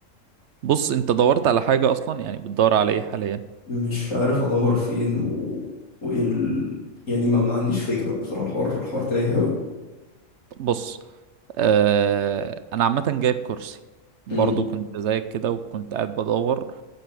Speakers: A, on the right; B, on the left.
A: بص انت دورت على حاجة اصلا يعني بتدور على ايه حاليا
B: مش عارف ادور فين و... وايه ال... يعني ما, ما عنديش فكره بصراحه الحوار الحوار تايه قوي
A: طب بص آه انا عامة جايب كرسي برضو
B: امم
A: كنت زيك كده وكنت قاعد بدور